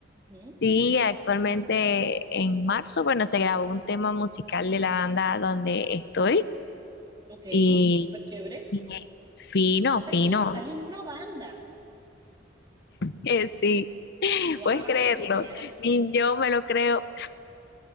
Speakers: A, on the right; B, on the left.
A: Ujú.
B: sí, actualmente en marzo, bueno, se grabó un tema musical de la banda donde estoy
A: Ok,
B: y,
A: súper chévere.
B: y fino,
A: Ah, pero
B: fino.
A: es que ya estás en una banda.
B: Eh, sí, <laughs>
A: Wow,
B: puedes creerlo,
A: genial.
B: ni yo me lo creo.